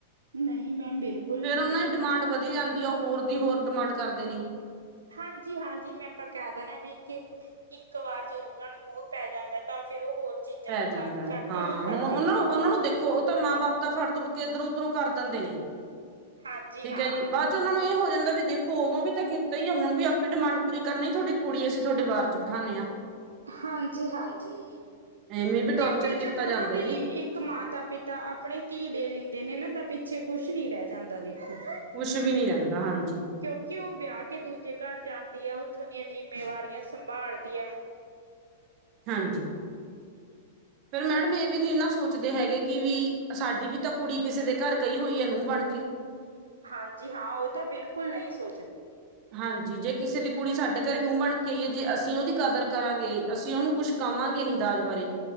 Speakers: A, on the right (about 75°); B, on the right (about 40°).
A: ਨਹੀਂ ਮੈਮ ਬਿਲਕੁਲ
B: ਫੇਰ
A: ਨਹੀਂ
B: ਉਹਨਾਂ
A: ਹੈਗੀ
B: ਦੀ ਡਿਮਾਂਡ ਵਧ ਆਂਦੀ ਆ ਉਹ ਹੋਰ ਦੀ ਹੋਰ ਡਿਮਾਂਡ ਕਰਦੇ ਨੇ
A: ਹਾਂਜੀ-ਹਾਂਜੀ ਮੈਂ ਆਪਾਂ ਕਹਿ ਦੇਣਾ ਵੀ ਕਿ ਇੱਕ ਵਾਰ ਜਦੋਂ ਉਹਨਾਂ ਨੂੰ ਮੋਹ ਪੈ ਜਾਂਦਾ ਤਾਂ ਫ਼ਿਰ ਉਹ ਹੋਰ ਚੀਜ਼ਾਂ
B: ਪੈ
A: ਦੀ
B: ਜਾਂਦਾ
A: ਮੰਗ
B: ਹੈ
A: ਕਰਦੇ
B: ਹਾਂ
A: ਹੀ ਕਰਦੇ
B: ਹੁਣ ਉਹਨਾਂ
A: ਨੇ।
B: ਨੂੰ ਉਹਨਾਂ ਨੂੰ ਦੇਖੋ। ਤਾਂ ਮਾਂ ਬਾਪ ਤਾਂ ਫੜ ਤੜ ਕੇ ਇੱਧਰੋਂ ਉਧਰੋਂ ਕਰ ਦਿੰਦੇ ਨੇ
A: ਹਾਂਜੀ
B: ਠੀਕ
A: ਹਾਂ,
B: ਹੈ, ਜੀ ਬਾਅਦ ਚ ਉਹਨਾ ਨੂੰ ਇਹ ਹੋ ਰਹਿੰਦਾ ਵੀ ਦੇਖੋ ਉਦੋਂ ਵੀ ਤਾਂ ਕੀਤਾ ਹੀ ਆ ਹੁਣ ਵੀ ਆਪਣੀ ਡਿਮਾਂਡ ਪੂਰੀ ਕਰਨੀ ਹੀ ਤੁਹਾਡੀ ਕੁੜੀ ਅਸੀਂ ਤੁਹਾਡੇ ਬਾਹਰ ਚ ਬਿਠਾਨੇ ਆ।
A: ਹਾਂਜੀ-ਹਾਂਜੀ
B: ਐਵੇਂ ਵੀ ਟੋਰਚਰ
A: ਕਿਉਂਕਿ
B: ਕੀਤਾ
A: ਜਦੋਂ
B: ਜਾਂਦਾ
A: ਨਾ ਵੀ
B: ਜੀ
A: ਇੱਕ ਮਾਤਾ ਪਿਤਾ ਆਪਣੀ ਧੀ ਦੇ ਦਿੰਦੇ ਨੇ ਤਾ ਪਿ ਪਿੱਛੇ ਕੁਛ ਨੀ ਰਹਿ ਜਾਂਦਾ ਦੇਖੋ।
B: ਕੁਛ ਵੀ ਨੀ ਰਹਿੰਦਾ ਹਾਂਜੀ,
A: ਕਿਉਂਕਿ ਉਹ ਵਿਆਹ ਕੇ ਦੂਜੇ ਘਰ ਜਾਂਦੀ ਹੈ ਉੱਥੋਂ ਦੀਆਂ ਜਿੰਮੇਵਾਰੀਆਂ ਸੰਭਾਲਦੀ ਹੈ।
B: ਹਾਂਜੀ ਫਿਰ ਮੈਡਮ ਇਹ ਵੀ ਨੀ ਨਾ ਸੋਚਦੇ ਹੈਗੇ। ਕਿ ਵੀ ਸਾਡੀ ਵੀ ਤਾਂ ਕੁੜੀ ਕਿਸੇ ਦੇ ਘਰ ਗਈ ਹੋਈ ਹੈ ਨੂੰਹ ਬਣ ਕੇ।
A: ਹਾਂਜੀ ਹਾਂ ਉਹ ਤਾਂ ਬਿਲਕੁਲ ਨਹੀਂ ਸੋ
B: ਹਾਂਜੀ ਜੇ ਕਿਸੇ ਦੀ ਕੁੜੀ ਸਾਡੇ ਘਰੇ ਨੂੰਹ ਬਣ ਕੇ ਆਈਏ ਜੇ ਅਸੀਂ ਉਹਦੀ ਕਦਰ ਕਰਾਂਗੇ ਅਸੀਂ ਉਹਨੂੰ ਕੁਛ ਕਵਾਂਗੇ ਨੀ ਦਾਜ ਬਾਰੇ